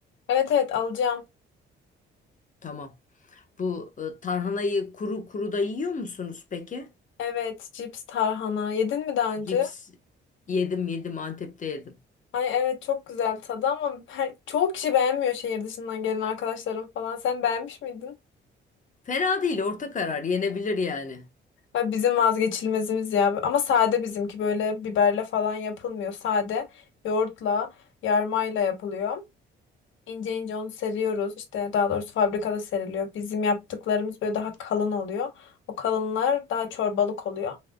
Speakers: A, on the left; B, on the left.
A: Evet evet alacağım.
B: Tamam. Bu e, tarhanayı kuru kuru da yiyor musunuz peki?
A: Evet, cips tarhana. Yedin mi daha önce?
B: Cips yedim yedim Antep'te yedim.
A: Ay evet çok güzel tadı ama her, çoğu kişi beğenmiyor şehir dışından gelen arkadaşlarım falan. Sen beğenmiş miydin?
B: Fena değil orta karar yenebilir yani.
A: Ya bizim vazgeçilmezimiz ya. Ama sade bizimki böyle biberle falan yapılmıyor. Sade yoğurtla, yarmayla yapılıyor. İnce ince onu seriyoruz. İşte daha doğrusu fabrikada seriliyor. Bizim yaptıklarımız böyle daha kalın oluyor. O kalınlar daha çorbalık oluyor.